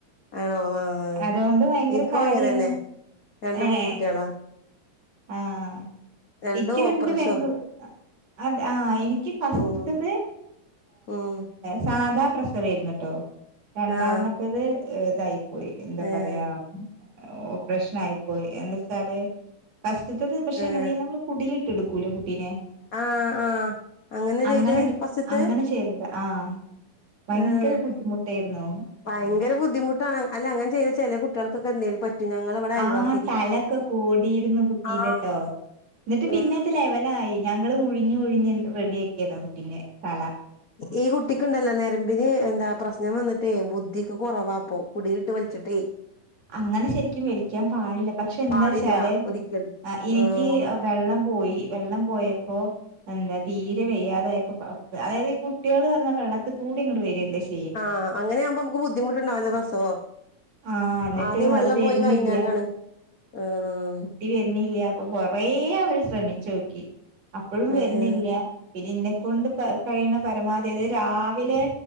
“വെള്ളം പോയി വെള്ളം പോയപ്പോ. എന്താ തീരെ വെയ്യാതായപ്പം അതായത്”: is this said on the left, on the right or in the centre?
Right